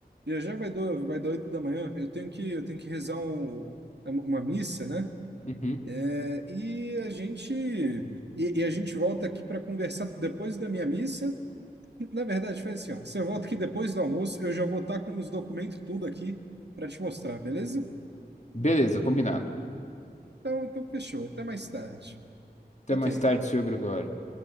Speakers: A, on the right (about 85°); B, on the left (about 45°).
A: Já já vai dar, vai dar 8 da manhã, eu tenho que, eu tenho que rezar um- uma missa, né?
B: Uhum.
A: É, e a gente, e, e a gente volta aqui para conversar depois da minha missa. Na verdade, faz assim, ó. Você volta aqui depois do almoço, eu já vou estar com os documentos tudo aqui para te mostrar, beleza?
B: Beleza, combinado.
A: Então, então fechou. Até mais tarde.
B: Até
A: Ok.
B: mais tarde, senhor Gregório.